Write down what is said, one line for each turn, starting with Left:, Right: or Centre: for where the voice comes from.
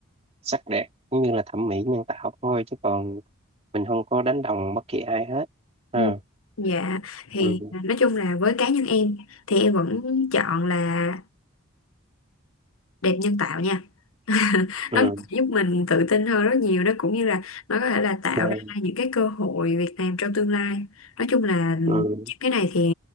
Right: sắc đẹp cũng như là thẩm mỹ nhân tạo thôi chứ còn mình không có đánh đồng bất kỳ ai hết
Left: Ừ.
Right: ha
Left: Dạ thì
Right: ừ
Left: nói chung là với cá nhân em thì em vẫn chọn là đẹp nhân tạo nha <laughs>
Right: ừ,
Left: nó giúp mình tự tin hơn rất nhiều nó cũng như là nó có thể là tạo
Right: ok,
Left: ra những cái cơ hội việc làm trong tương lai nói chung là
Right: ừ.
Left: những cái này thì